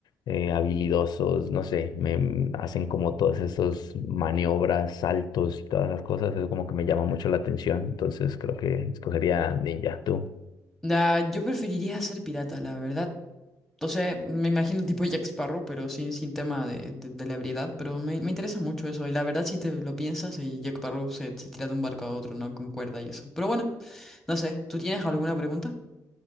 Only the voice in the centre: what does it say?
Nah, yo preferiría ser pirata, la verdad. Entonces, me imagino tipo Jack Sparrow, pero sin, sin tema de, de, de ebriedad. Pero me, me interesa mucho eso. Y la verdad, si te lo piensas, y Jack Sparrow se, se tira de un barco a otro, ¿no? Con cuerda y eso. Pero bueno, no sé, ¿tú tienes alguna pregunta?